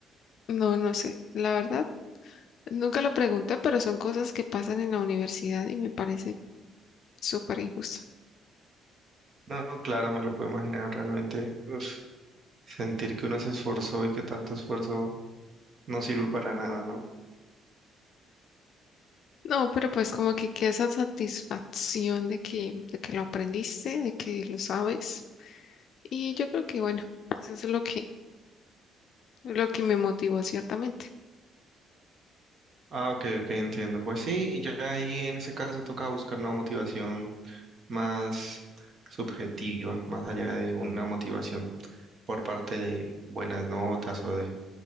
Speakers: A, on the left; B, on the right.
A: no, no sé. La verdad, nunca lo pregunté, pero son cosas que pasan en la universidad y me parece súper injusto.
B: No, claro, me lo puedo imaginar realmente. Uf. Sentir que uno se esforzó y que tanto esfuerzo no sirve para nada, ¿no?
A: No, pero pues como que queda esa satisfacción de que, de que lo aprendiste, de que lo sabes. Y yo creo que bueno, eso es lo que, lo que me motivó ciertamente.
B: Ah, ok, ok, entiendo. Pues sí, y ya ahí en ese caso toca buscar una motivación más subjetiva, más allá de una motivación por parte de buenas notas o de